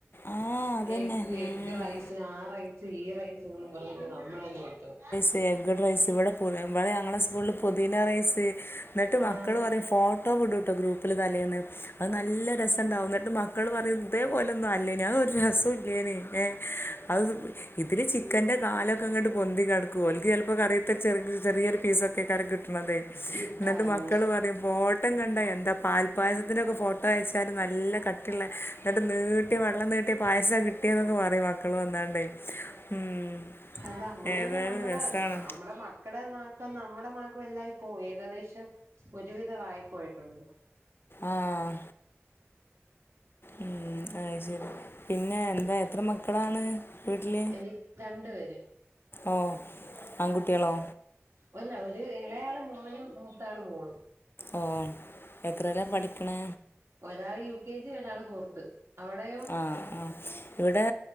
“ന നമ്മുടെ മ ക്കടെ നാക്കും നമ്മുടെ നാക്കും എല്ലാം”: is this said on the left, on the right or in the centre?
Right